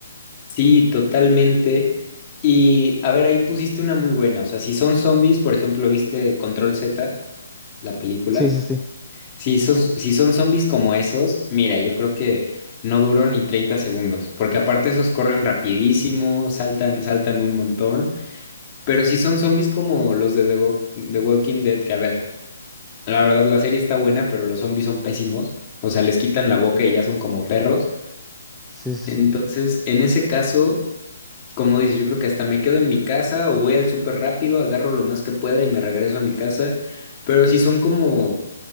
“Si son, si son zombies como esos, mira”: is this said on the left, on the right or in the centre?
Left